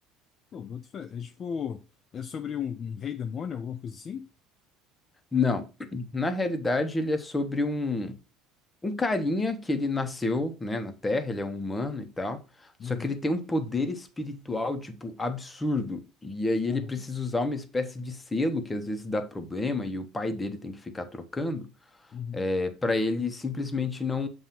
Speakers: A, on the left; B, on the left.
A: Pô, boto fé. É tipo, é sobre um, um rei demônio, alguma coisa assim?
B: Não, <clears throat> na realidade ele é sobre um. um carinha que ele nasceu, né, na Terra, ele é um humano e tal, só
A: Uhum.
B: que ele tem um poder espiritual, tipo, absurdo. E aí
A: Aham.
B: ele precisa usar uma espécie de selo que às vezes dá problema e o pai dele tem que ficar trocando,
A: Uhum.
B: é, para ele simplesmente não